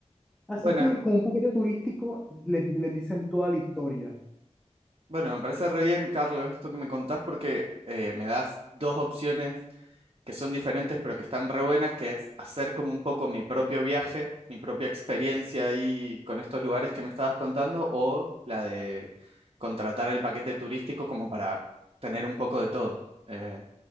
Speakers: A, in the centre; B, on the right.
A: Así
B: Bueno,
A: que con un paquete turístico le- les dicen toda la historia.
B: bueno, me parece re bien, Carlos, esto que me contás porque eh, me das dos opciones que son diferentes, pero que están re buenas, que es hacer como un poco mi propio viaje, mi propia experiencia ahí con estos lugares que me estabas contando, o la de contratar el paquete turístico como para tener un poco de todo. Eh,